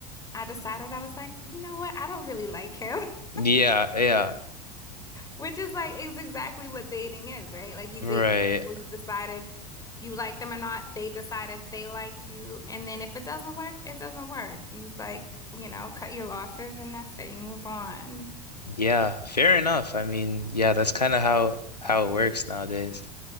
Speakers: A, on the left (about 15°); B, on the left (about 90°).
A: I decided I was like, "You know what? I don't really like him." <laughs>
B: Yeah, yeah.
A: Which is like is exactly what dating is, right? Like you
B: Right.
A: date people, you decide if you like them or not, they decide if they like you, and then if it doesn't work, it doesn't work. You like, you know, cut your losses and that's it. You move on.
B: Yeah. Fair enough. I mean, yeah, that's kind of how how it works nowadays.